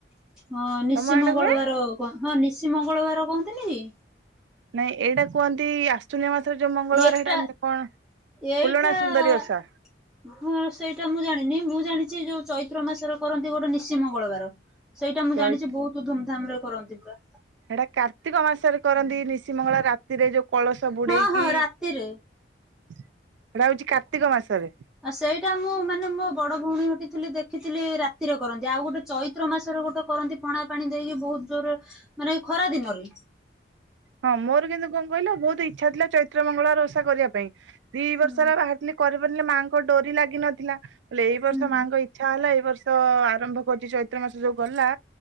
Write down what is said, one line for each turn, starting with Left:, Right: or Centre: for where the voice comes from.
Centre: ହଁ ନିଶିମଙ୍ଗଳବାର
Right: ତମ ଆଡେ ହୁଏ
Centre: ହଁ ନିଶି ମଙ୍ଗଳବାର କହନ୍ତିନି କି।
Right: ନାଇଁ ଏଇଟା କୁହନ୍ତି ଆ ଆଶ୍ୱିନ ମାସର ଯୋଉ ମଙ୍ଗଳବାର
Centre: ଏଟା
Right: ହେଟା କଣ,
Centre: ଏଇଟା
Right: ହୁଲଣା ସୁନ୍ଦରୀ ଓଷା।
Centre: ହଁ ସେଇଟା ମୁଁ ଜାଣିନି ମୁଁ ଜାଣିଛି ଯୋଉ ଚୈତ୍ର ମାସରେ କରନ୍ତି ଗୋଟେ ନିଶି ମଙ୍ଗଳବାର। ସେଇଟା ମୁଁ
Right: ଚୈତ
Centre: ଜାଣିଛି ବହୁତ ଧୁମଧାମ ରେ କରନ୍ତି ପୁରା।
Right: ସେଇଟା କାର୍ତ୍ତିକ ମାସରେ କରନ୍ତି ନିଶି ମଙ୍ଗଳବାର ରା ରାତିରେ ଯୋଉ କଳସ ବୁଡେଇକି
Centre: ହଁ ହଁ ରାତିରେ।
Right: ସେଟା ହଉଚି କାର୍ତ୍ତିକ ମାସରେ।
Centre: ଆଉ ସେଇଟା ମୁଁ ମାନେ ମୋ ବଡ ଭଉଣୀ ଘରଟିଥିଲି ଦେଖିଥିଲି ରାତିରେ କରନ୍ତି। ଆଉ ଗୋଟେ ଚୈତ୍ର ମାସରେ ଗୋଟେ କରନ୍ତି ପଣା ପାଣି ଦେଇକି ବୋହୁତ ଜୋରରେ ମାନେ ଖରା ଦିନରେ।
Right: ହଁ ମୋର କିନ୍ତୁ କଣ କହିଲ ବୋହୁତ ଇଚ୍ଛା ଥିଲା ଚୈତ୍ର ମଙ୍ଗଳବାର ଓଷା କରିବା ପାଇଁ ଦି ବର୍ଷ
Centre: ହୁଁ
Right: ହେଲା ବାହାରିଲି କରିପାରିଲେ ମାଆଙ୍କ ଡୋରି ଲାଗି ନଥିଲା। ବଲେ ଏଇ ବର୍ଷ
Centre: ହୁଁ
Right: ମାଆଙ୍କ ଇଚ୍ଛା ହେଲା ଏଇ ବର୍ଷ ତ ଆରମ୍ଭ କରୁଛି ଚୈତ୍ର ମାସ ଯୋଉ ଗଲା